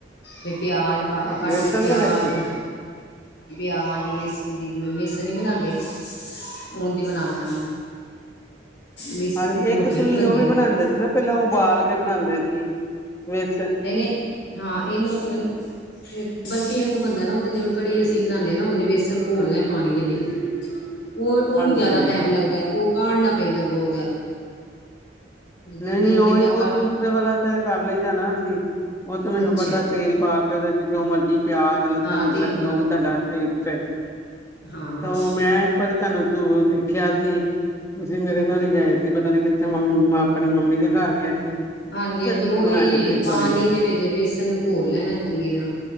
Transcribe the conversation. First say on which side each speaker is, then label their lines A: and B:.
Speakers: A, on the left (about 80°); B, on the left (about 15°).
A: ਵੀ ਪਿਆਜ ਪਾ ਕੇ ਕੱਟ
B: ਵੇਸਣ
A: ਕੇ ਪਿਆਜ
B: ਦੇ ਵਿੱਚ
A: ਪਿਆਜ ਬੇਸਣ ਦੀ ਜਿਵੇਂ ਬੇਸਣ ਨੀ ਬਣਾਉਂਦੇ ਉਂਝ ਬਣਾਉਣਾ ਉਹਨੂੰ ਮਿਸ
B: ਹਾਂਜੀ
A: ਰੋਟੀਆਂ
B: ਇੱਕ ਤੁਸੀਂ
A: ਬਣਦੀਆਂ
B: ਉਹ ਵੀ ਬਣਾਉਂਦੇ
A: ਨੇ
B: ਸੀ ਨਾ ਪਹਿਲਾਂ ਉਬਾਲ ਕੇ ਬਣਾਉਂਦੇ ਸੀੇ
A: ਨਹੀ-ਨਹੀ, ਹਾਂ ਇਹਨੂੰ, ਇਹਨੂੰ ਬਰਫ਼ੀ ਵਾਂਗ ਬਣਦਾ ਨਾ ਜਿਵੇਂ ਕੜੀ ਅਸੀਂ ਬਣਾਉਦੇ ਨਾ ਹ ਬੇਸਣ ਘੋਲਣਾ ਪਾਣੀ ਦੇ ਵਿੱਚ ਉਹ ਉਹਨੂੰ
B: ਹਾਂਜੀ
A: ਜ਼ਿਆਦਾ
B: ਹਾਂਜੀ
A: ਟਾਈਮ ਲੱਗਦਾ, ਉਹ ਕਾੜਨਾ ਪੈਂਦਾ ਬਹੁਤ ਜ਼ਿਆਦਾ ਜਿੰਨੀ
B: ਨਹੀਂ -ਨਹੀਂ ਉਹੀ
A: ਜਿੰਨਾ
B: ਉਹ
A: ਕ
B: ਦੂ ਰੇ ਵਾਲਾ ਤੇ ਕਰ ਲਈ ਅਸੀ ਉਹ ਤੇ ਮੈਨੂੰ
A: ਅੱਛਾ
B: ਪਤਾ ਤੇਲ ਪਾ ਕੇ ਉਹਦੇ 'ਚ ਜੋ ਮਰਜ਼ੀ ਪਿਆਜ ਲਸਣ
A: ਹਾਂ
B: ਅਦਰਕ
A: ਤੇ
B: ਰੱਖੇ
A: ਹਾਂ
B: ਉਹ ਵੀ ਤੁਹਾਡਾ
A: ਹਾਂ
B: ਵਾਸਤੇ,
A: ਹਾਂ ਹਾਂ
B: ਤਾਂ ਉਹ ਮੈਂ ਇਕ ਵਾਰੀ ਤੁਹਾਨੂੰ ਤੂੰ ਦੇਖਿਆ ਸੀ, ਤੁਸੀਂ ਮੇਰੇ ਨਾਲ ਹੀ ਗਏ ਸੀ ਪਤਾ ਨੀ ਕਿੱਥੇ ਮਮਾਂ ਆਪਣੀ ਮੰਮੀ ਦੇ ਘਰ ਗਏ
A: ਹਾਂਜੀ- ਹਾਂਜੀ
B: ਤੁਸੀਂ
A: ਉਹ
B: ਬਣਾਇਆ
A: ਇਹੀ
B: ਸੀ
A: ਹੈ,
B: ਇੱਕ
A: ਪਾਣੀ
B: ਵਾਰੀ
A: ਦੇ ਵਿੱਚ ਬੇਸਣ ਨੂੰ ਘੋਲ ਲੈਣਾ ਚੰਗੀ ਤਰਾ